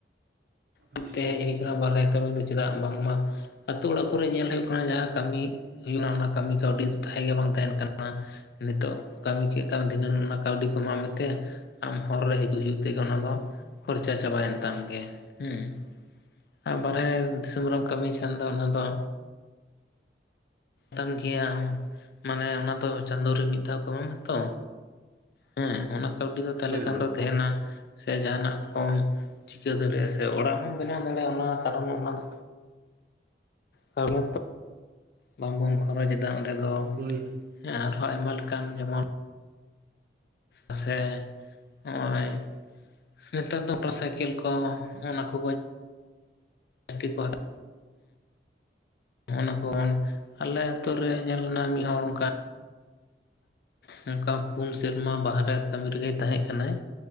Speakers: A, on the left; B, on the right.
A: ᱢᱤᱫ
B: ᱦᱳᱭ
A: ᱛᱮ ᱦᱮᱡ ᱦᱩᱭ ᱠᱟᱱᱟ ᱵᱟᱦᱨᱮ ᱠᱟᱹᱢᱤ ᱫᱚ ᱪᱮᱫᱟᱜ ᱵᱟᱝᱢᱟ ᱟᱹᱛᱩ ᱚᱲᱟᱜ ᱠᱚᱨᱮᱜ ᱧᱮᱞ ᱦᱩᱭᱩᱜ ᱠᱟᱱᱟ ᱡᱟᱦᱟᱸ ᱠᱟᱹᱢᱤ ᱦᱩᱭᱩᱜ ᱠᱟᱱᱟ ᱚᱱᱟ ᱠᱟᱹᱢᱤ ᱠᱟᱹᱣᱰᱤ ᱫᱚ ᱛᱟᱦᱮᱸ ᱜᱮ ᱵᱟᱝ ᱛᱟᱦᱮᱱ ᱠᱟᱱᱟ ᱱᱤᱛᱚᱜ ᱠᱟᱹᱢᱤ ᱠᱮᱫ ᱠᱟᱱᱟ ᱫᱷᱤᱱᱟᱹᱱ ᱠᱟᱹᱣᱰᱤ ᱠᱚ ᱮᱢᱟᱜ ᱢᱮᱛᱮ ᱟᱢ ᱦᱚᱨ ᱨᱮ ᱦᱤᱡᱩᱜ ᱦᱤᱡᱩᱜ ᱛᱮᱜᱮ ᱚᱱᱟ ᱫᱚ ᱠᱷᱚᱨᱪᱟ ᱪᱟᱵᱟᱭᱮᱱ ᱛᱟᱢ ᱜᱮ ᱦᱩᱸ ᱟᱨ ᱵᱟᱦᱨᱮ ᱫᱤᱥᱚᱢ ᱨᱮᱢ ᱠᱟᱹᱢᱤ ᱠᱷᱟᱱ ᱫᱚ ᱚᱱᱟ ᱫᱚ ᱛᱟᱢ ᱜᱮᱭᱟ ᱢᱟᱱᱮ ᱚᱱᱟ ᱫᱚ ᱪᱟᱸᱫᱳ ᱨᱮ ᱢᱤᱫ ᱫᱷᱟᱣ ᱠᱚ ᱮᱢᱟᱢᱟ ᱛᱚ ᱦᱮᱸ ᱚᱱᱟ ᱠᱟᱹᱣᱰᱤ ᱫᱚ ᱛᱟᱦᱞᱮ ᱠᱷᱟᱱ
B: ᱦᱳᱭ
A: ᱫᱚ ᱛᱟᱦᱮᱱᱟ ᱥᱮ ᱡᱟᱦᱟᱱᱟᱜ ᱠᱚᱢ ᱪᱤᱠᱟᱹ ᱫᱟᱲᱮᱭᱟᱜ ᱥᱮ ᱚᱲᱟᱜ ᱦᱚᱸᱢ ᱵᱮᱱᱟᱣ ᱫᱟᱲᱮᱭᱟᱜᱼᱟ ᱚᱱᱟ ᱠᱟᱨᱚᱱ ᱚᱱᱟᱫᱚ ᱠᱟᱹᱣᱰᱤ ᱵᱟᱝᱵᱚᱱ ᱠᱷᱚᱨᱚᱪ ᱮᱫᱟ ᱚᱸᱰᱮ ᱫᱚ
B: ᱦᱳᱭ
A: ᱦᱮᱸ ᱟᱨᱦᱚᱸ ᱟᱭᱢᱟ ᱞᱮᱠᱟᱱ ᱡᱮᱢᱚᱱ ᱥᱮ ᱦᱚᱸᱜᱼᱚᱭ ᱱᱮᱛᱟᱨ ᱫᱚ ᱢᱚᱴᱚᱨ ᱥᱟᱭᱠᱮᱞ ᱠᱚ ᱚᱱᱟ ᱠᱚ <unintelligible> ᱱᱚᱜᱱᱟ ᱠᱚᱵᱚᱱ, ᱟᱞᱮ ᱟᱹᱛᱩ ᱨᱮ ᱧᱮᱞᱱᱟ ᱢᱤᱫ ᱦᱚᱲ ᱚᱱᱠᱟ ᱱᱚᱝᱠᱟ ᱯᱩᱱ ᱥᱮᱨᱢᱟ ᱵᱟᱦᱨᱮ ᱠᱟᱹᱢᱤ ᱨᱮᱜᱮᱭ ᱛᱟᱦᱮᱸᱜ ᱠᱟᱱᱟᱭ